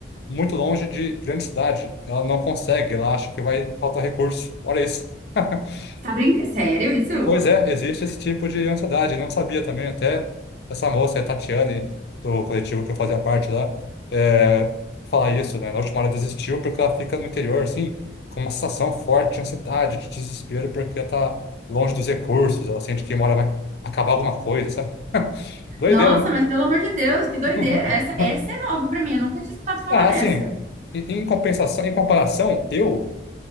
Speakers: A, on the left; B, on the right.
A: muito longe de grande cidade. Ela não consegue, ela acha que vai faltar recurso. Olha isso. <laughs>
B: Você tá brincando? Sério, isso?
A: Pois é, existe esse tipo de ansiedade. Não sabia também, até essa moça, a Tatiane, do coletivo que eu fazia parte lá, é, falar isso, né? Na última hora desistiu porque ela fica no interior, assim, com uma sensação forte de ansiedade, de desespero, porque ela tá longe dos recursos, ela sente que uma hora vai acabar alguma coisa, sabe? <laughs> Doideira,
B: Nossa,
A: né?
B: mas pelo amor de Deus, que doideira!
A: <laughs>
B: Essa, essa é nova pra mim, eu nunca tinha escutado falar
A: Ah,
B: dessa.
A: assim, em em compensação, em comparação, eu.